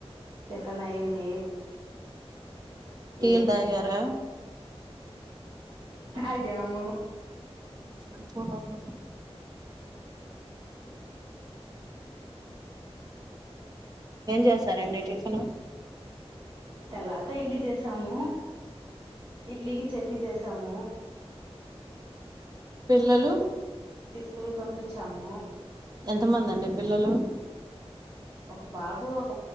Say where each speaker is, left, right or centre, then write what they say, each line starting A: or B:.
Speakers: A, on the right (about 55°); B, on the right (about 40°).
A: టిఫిన్ అయ్యింది
B: టీలు
A: ఏ
B: తాగారా
A: తాగ్యాము
B: ఎంత మాత్రం
A: ఏం చేస్తారు
B: చేశారండి
A: లే
B: టిఫిన్
A: తెల్లార్తి ఇడ్లీ చేసాము ఇడ్లీకి చట్నీ చేసాము
B: పిల్లలు
A: ఈ స్కూల్ కి పంపించాము
B: ఎంత మంది అండి పిల్లలు
A: ఒక బాబు ఒక